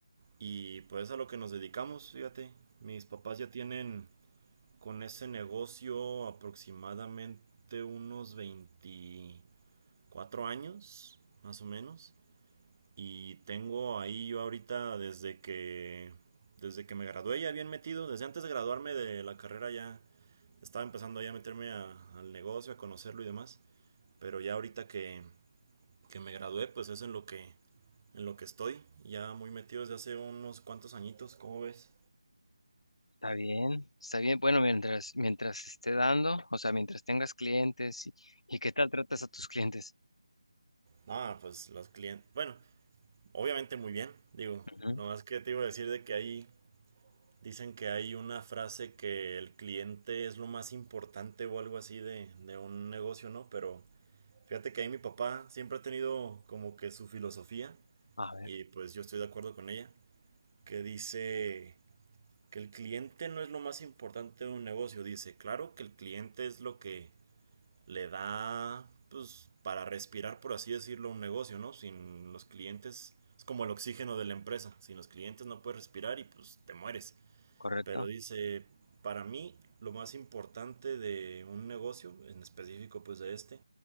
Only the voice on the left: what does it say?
Está bien, está bien. Bueno, mientras, mientras esté dando, o sea, mientras tengas clientes y, y qué tal tratas a tus clientes.
Ujú.
A ver,
correcto.